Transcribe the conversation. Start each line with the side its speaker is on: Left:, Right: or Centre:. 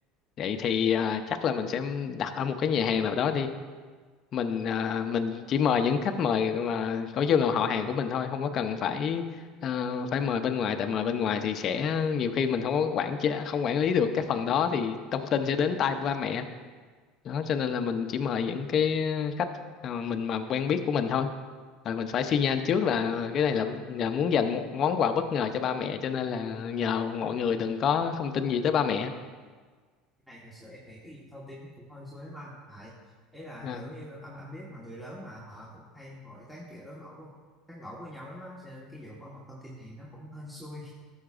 Left: vậy thì ờ, chắc là mình sẽ đặt ở một cái nhà hàng nào đó đi mình à, mình chỉ mời những khách mời mà có chung là họ hàng của mình thôi không có cần phải ờ, phải mời bên ngoài tại mời bên ngoài thì sẽ nhiều khi mình không có quản chế, không quản lý được cái phần đó thì thông tin sẽ đến tai ba mẹ đó cho nên là mình chỉ mời những cái khách mà mình mà quen biết của mình thôi rồi mình phải xi nhan trước là cái này là, là muốn dành một món quà bất ngờ cho ba mẹ cho nên là nhờ mọi người đừng có thông tin gì tới ba mẹ
Centre: cái này thật sự em nghĩ cái việc thông tin cũng hơi rối lắm anh tại ấy là
Left: à,
Centre: kiểu như anh anh biết mà người lớn mà họ cũng hay ngồi tán chuyện đó ngẫu tán gẫu với nhau lắm á cho nên cái vụ bảo mật thông tin này nó cũng hên xui